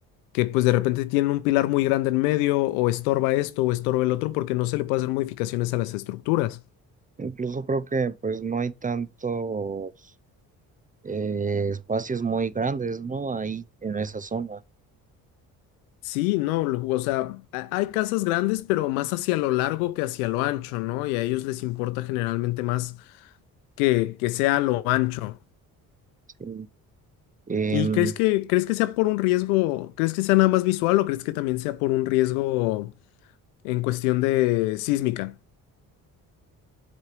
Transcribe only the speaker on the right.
Incluso creo que pues no hay tantos eh, espacios muy grandes, ¿no? Ahí en esa zona.
Sí. Em,